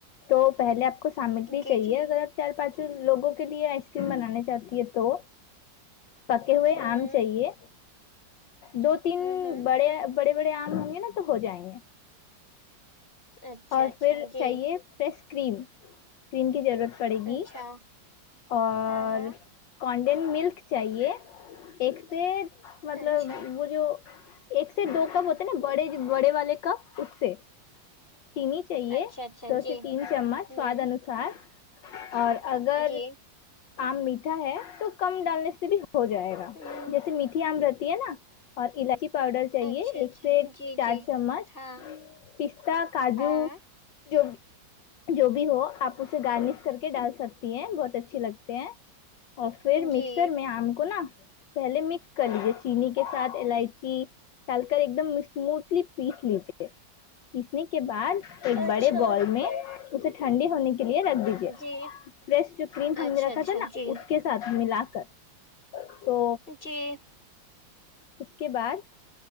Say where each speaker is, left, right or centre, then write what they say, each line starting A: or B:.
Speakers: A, on the left; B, on the left.
A: تو پہلے آپ کو سامگری
B: جی
A: چاہیے
B: جی
A: اگر آپ چار پانچوں لوگوں کے لیے آئس کریم بنانے چاہتی ہے تو پکے ہوئے
B: ہوں
A: آم چاہے دو تین
B: ہوں ہوں
A: بڑے بڑے بڑے آم ہوں گے نا تو ہو جائیں گے
B: اچھا
A: اور
B: اچھا
A: پھر
B: جی
A: چاہیے فریش کریم کریم کی ضرورت پڑے گی
B: اچھا
A: اور
B: ہاں ہاں
A: کوانڈین ملک چاہیے ایک سے مطلب
B: اچھا
A: وہ جو ایک سے دو کپ ہوتے ہیں نا بڑے بڑے والے کپ اس سے چینی چاہیے
B: اچھا اچھا
A: دو
B: جی
A: سے تین چمچ
B: ہوں
A: سواد انوس سار اور اگر
B: جی
A: آم میٹھا ہے تو کم ڈالنے سے بھی ہو جائے گا
B: ہوں
A: جیسے میٹھی آم رہتی ہے نا اور الائچی پاؤڈر چاہیے
B: اچھا اچھا
A: ایک سے
B: جی
A: چار
B: جی
A: چمچ
B: ہاں
A: پستا کاجو
B: ہاں
A: جو بھی جو بھی ہو آپ اسے گارنش کر کے ڈال سکتی ہیں بہت اچھے لگتے ہیں اور پھر
B: جی
A: مکسر میں آم کو نا پہلے مکس کر لیجے چینی کے ساتھ الائچی ڈال کر ایک دم اسموتھلی پیس لیجیے پیسنے کے بعد ایک
B: اچھا
A: بڑے بال میں اسے ٹھنڈے ہونے کے لیے رک دیجے
B: جی
A: فریش جو کریم ہم
B: اچھا
A: نے رکھا
B: اچھا
A: تھا نا
B: جی
A: اس کے ساتھ ملا کر تو
B: چی
A: اس کے بعد